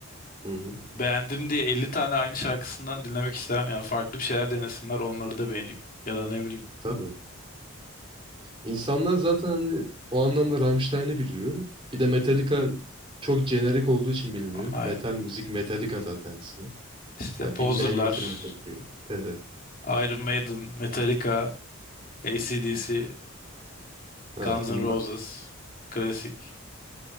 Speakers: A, on the right (about 25°); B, on the left (about 40°).
A: Hı hı.
B: Beğendim diye 50 tane aynı şarkısından dinlemek istemem. Yani farklı bir şeyler denesinler, onları da beğeneyim. Ya da ne bileyim.
A: Tabii. İnsanlar zaten hani o anlamda Rammstein'i biliyor. Bir de Metallica çok jenerik olduğu için biliniyor.
B: Aynen.
A: Metal müzik Metallica zaten ismi.
B: İşte
A: Ha,
B: Poser'lar,
A: bilmeyen yoktur Metallica'yı. <laughs> Evet.
B: Iron Maiden, Metallica, AC/DC.
A: Ha,
B: Guns
A: bunlar
B: N' Roses. Klasik.